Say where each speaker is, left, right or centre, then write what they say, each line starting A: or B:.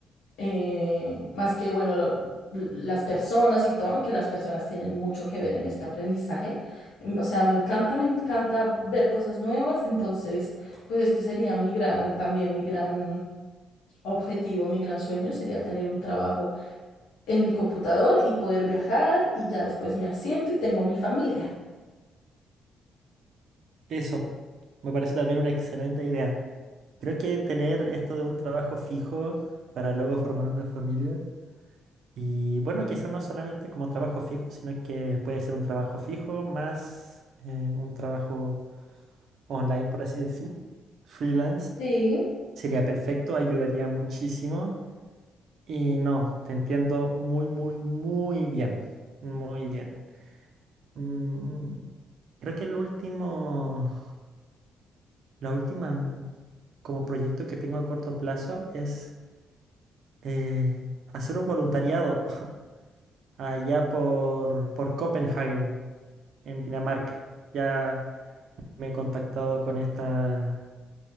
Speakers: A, on the left; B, on the right.
A: eh, más que, bueno, lo- las personas y todo, aunque las personas tienen mucho que ver en este aprendizaje. Em, O sea, me encanta, me encanta ver cosas nuevas. Entonces, pues este sería mi gran, también mi gran objetivo, mi gran sueño sería tener un trabajo en mi computador y poder viajar y ya después me asiento y tengo mi familia.
B: eso me parece también una excelente idea. Creo que tener esto de un trabajo fijo para luego formar una familia. Y bueno, quizás no solamente como trabajo fijo, sino que puede ser un trabajo fijo más eh, un trabajo online, por así decir. Freelance
A: Sí,
B: sería perfecto, ayudaría muchísimo. Y no, te entiendo muy, muy, muy bien. Muy bien. Mm, creo que el último, la última mm, como proyecto que tengo a corto plazo es eh, hacer un voluntariado <laughs> allá por, por Copenhague. en Dinamarca. Ya me he contactado con esta,